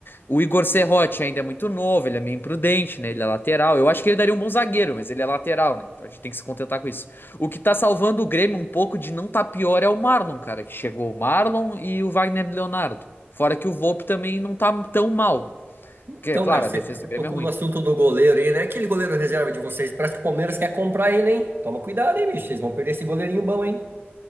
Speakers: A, on the left; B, on the right.
A: O Igor Serrote ainda é muito novo, ele é meio imprudente, né? Ele é lateral. Eu acho que ele daria um bom zagueiro, mas ele é lateral, né? Então a gente tem que se contentar com isso. O que tá salvando o Grêmio um pouco de não tá pior é o Marlon, cara, que chegou o Marlon e o Wagner Leonardo. Fora que o Volpe também não tá tão mal.
B: Então,
A: Que, é claro,
B: cara, você
A: a defesa
B: você
A: do Grêmio
B: tocou
A: é ruim.
B: no assunto do goleiro aí, né? Aquele goleiro reserva de vocês, parece que o Palmeiras quer comprar ele, hein? Toma cuidado, hein, bicho? Vocês vão perder esse goleirinho bom, hein?